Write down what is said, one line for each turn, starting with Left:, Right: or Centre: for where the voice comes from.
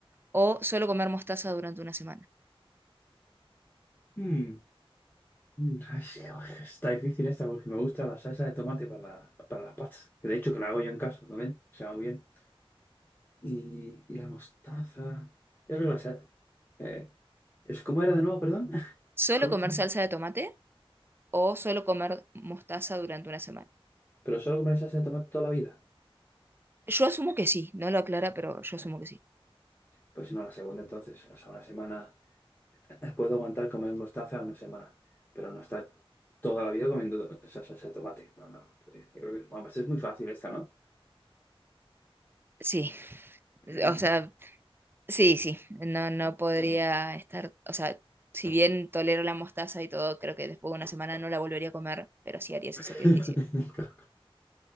Right: o solo comer mostaza durante una semana?
Left: Mm, Mm, ay, sí, oj, Está difícil esta porque me gusta la salsa de tomate para, la- para las pastas. Que de hecho que la hago yo en casa también, se va muy bien. Y, y la mostaza. Yo creo que la sal- eh, es- ¿Cómo era de nuevo, perdón? <laughs>
Right: ¿Solo
Left: ¿Cómo
Right: comer
Left: era esa?
Right: salsa de tomate o solo comer mostaza durante una semana?
Left: ¿Pero solo comer salsa de tomate toda la vida?
Right: Yo asumo que sí, no lo aclara, pero yo
Left: Ay,
Right: asumo que sí.
Left: Pues si no, la segunda entonces, o sea, una semana. Puedo aguantar comer mostaza una semana, pero no estar toda la vida comiendo esa salsa de tomate. No, no, no podría. Yo creo que además, es muy fácil esta, ¿no?
Right: Sí,
Left: Mm.
Right: o sea, sí, sí, no, no podría estar, o sea, si bien tolero la mostaza y todo, creo que después de una semana no la volvería a comer, pero sí haría ese
Left: <laughs>
Right: sacrificio.